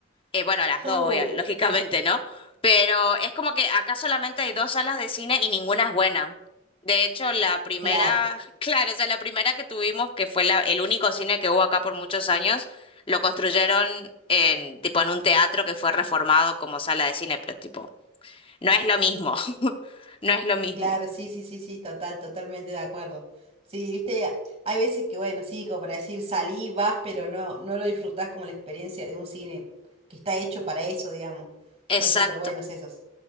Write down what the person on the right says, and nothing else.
Uy,
claro,
claro, sí, sí, sí, sí, total, totalmente de acuerdo. Sí, viste, a- hay veces que, bueno, sí, como para decir, salí, vas, pero no, no lo disfrutás como la experiencia de un cine que está hecho para eso, digamos.
Están súper buenos esos.